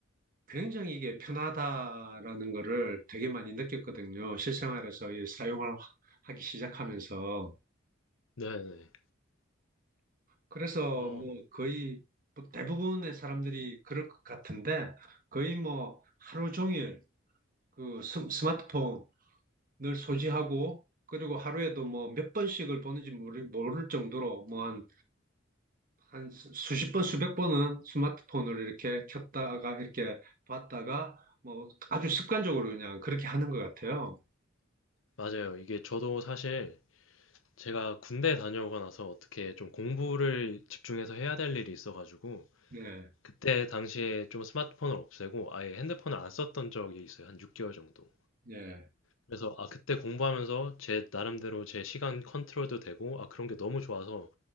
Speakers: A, on the right (about 45°); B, on the left (about 75°).
A: 굉장히 이게 편하다라는 거를 되게 많이 느꼈거든요. 실생활에서 이 사용을 하- 하기 시작하면서.
B: 네. 네.
A: 그래서
B: 어,
A: 뭐 거의 뭐 대부분의 사람들이 그럴 것 같은데 거의 뭐 하루 종일 그 스- 스마트폰 늘 소지하고 그리고 하루에도 뭐 몇 번씩을 보는지 모를, 모를 정도로 뭐 한, 한 수- 수십 번, 수백 번은 스마트폰을 이렇게 켰다가 이렇게 봤다가 뭐 아주 습관적으로 그냥 그렇게 하는 것 같아요.
B: 맞아요. 이게 저도 사실 제가 군대 다녀오고 나서 어떻게 좀 공부를 집중해서 해야 될 일이 있어가지고
A: 네,
B: 그때 당시에 좀 스마트폰을 없애고 아예 핸드폰을 안 썼던 적이 있어요. 한 6개월 정도.
A: 네
B: 그래서 아 그때 공부하면서 제 나름대로 제 시간 컨트롤도 되고 아 그런 게 너무 좋아서